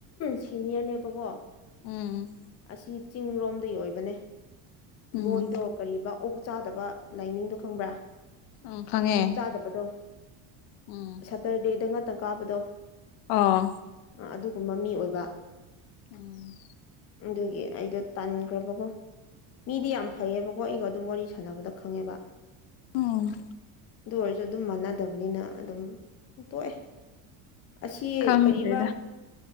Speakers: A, on the left (about 35°); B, on the left (about 85°).
A: ꯁꯤꯅꯤꯌꯔꯅꯦꯕꯀꯣ
B: ꯎꯝ
A: ꯑꯁꯤ ꯆꯤꯡꯔꯣꯝꯗꯒꯤ ꯑꯣꯏꯕꯅꯦ
B: ꯎꯝ
A: ꯃꯣꯏꯗꯣ ꯀꯔꯤꯕꯥ ꯑꯣꯛ ꯆꯥꯗꯕ ꯂꯥꯏꯅꯤꯡꯗꯣ ꯈꯪꯕ꯭ꯔꯥ
B: ꯎꯝ ꯈꯪꯉꯦ
A: ꯑꯣꯛ ꯆꯥꯗꯕꯗꯣ
B: ꯎꯝ
A: ꯇꯔꯗꯦꯗ <inaudible> ꯉꯥꯛꯇꯪ ꯀꯥꯕꯗꯣ
B: ꯑꯥ
A: ꯑꯗꯨꯒꯨꯝꯕ ꯃꯤ ꯑꯣꯏꯕ
B: ꯎꯝ
A: ꯑꯗꯨꯒꯤ ꯑꯩꯗꯣ ꯇꯥꯟꯈ꯭ꯔꯕꯀꯣ ꯃꯤꯗꯤ ꯌꯥꯝ ꯐꯩꯌꯦꯕꯀꯣ ꯑꯩꯒ ꯑꯗꯨꯝ ꯋꯥꯔꯤ ꯁꯥꯟꯅꯕꯗ ꯈꯪꯉꯦꯕ
B: ꯎꯝ
A: ꯑꯗꯨ ꯑꯣꯏꯔꯁꯨ ꯑꯗꯨꯝ ꯃꯥꯟꯅꯗꯕꯅꯤꯅ ꯑꯗꯨꯝ ꯇꯣꯛꯑꯦ ꯑꯁꯤ
B: ꯈꯪꯗꯦꯗ
A: ꯀꯔꯤꯕ